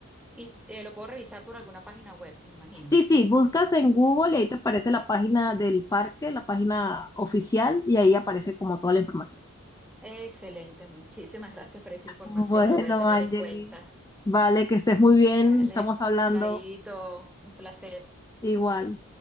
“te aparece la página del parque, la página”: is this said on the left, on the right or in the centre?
Left